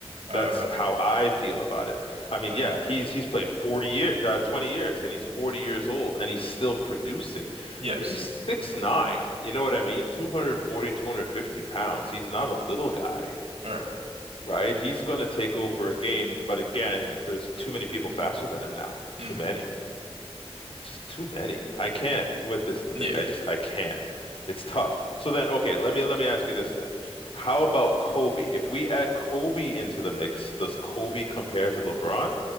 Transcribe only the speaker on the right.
Uh,
okay.
Yes.
All right.
Mm-hmm.
Yeah.